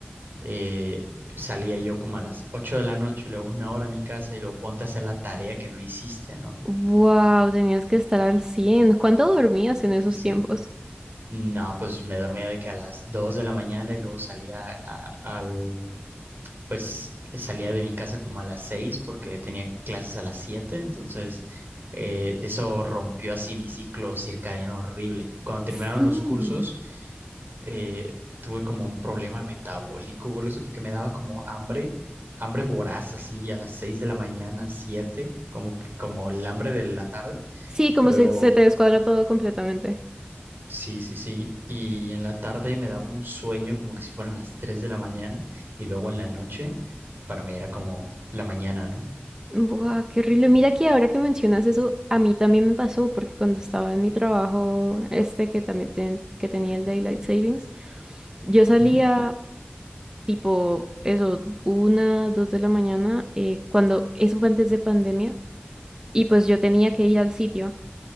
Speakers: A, on the right; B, on the right.
A: eh, salía yo como a las 8 de la noche y luego una hora a mi casa y luego ponte a hacer la tarea que no hiciste, ¿no?
B: Wow, tenías que estar al 100. ¿Cuánto dormías en
A: Sí,
B: esos
A: sí.
B: tiempos?
A: No, pues me dormía de que a las 2 de la mañana y luego salía a- al, pues eh, salía de mi casa como a las seis porque tenía clases a las siete, entonces eh, eso rompió así mi ciclo circadiano horrible. Cuando terminaron
B: Sí.
A: los cursos, eh, tuve como un problema metabólico, güey, eso porque me daba como hambre, hambre voraz así a las 6 de la mañana, 7 como, que- como el hambre de la tarde.
B: Sí, como
A: Luego
B: se, se te descuadra todo completamente.
A: Sí, sí, sí. Y en la tarde me daba un sueño como que si fueran las 3 de la mañana y luego en la noche para mí era como la mañana, ¿no?
B: Buah, qué horrible. Mira que ahora que mencionas eso, a mí también me pasó, porque cuando estaba en mi trabajo, este que también ten- que tenía el Daylight Savings, yo salía
A: ¿Mm?
B: tipo eso, una, dos de la mañana, eh, cuando eso fue antes de pandemia, y pues yo tenía que ir al sitio.